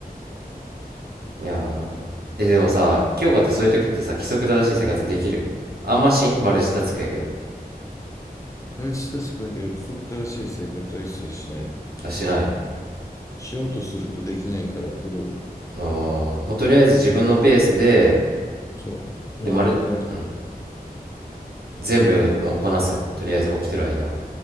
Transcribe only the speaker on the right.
んいやーえでもさ今日かってそういう時ってさ規則正しい生活できるあんましんマルチタスクやけど
あしない
あーもうとりあえず自分のペースで
でまる、
うん、全部もうこなすとりあえず起きてる間は